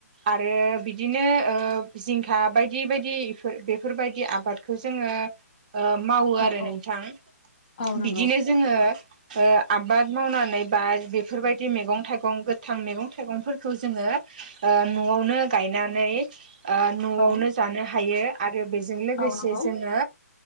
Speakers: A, on the right; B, on the left.
A: आरो बिदिनो जिंखा बायदि बायदिफोर बेफोरबायदि आबादखौ जोंङो मावो
B: औ
A: आरो
B: औ
A: नोंथां
B: औ नंगौ
A: बिदिनो जोंङो आबाद मावनानै बा बेफोरबायदि मैगं थाइगं गोथां मैगं थाइगंफोरखौ जोंङो न'आवनो गायनानै न'आवनो
B: औ
A: जानो हायो आरो बेजों लोगोसे
B: औ नंगौ
A: जोंङो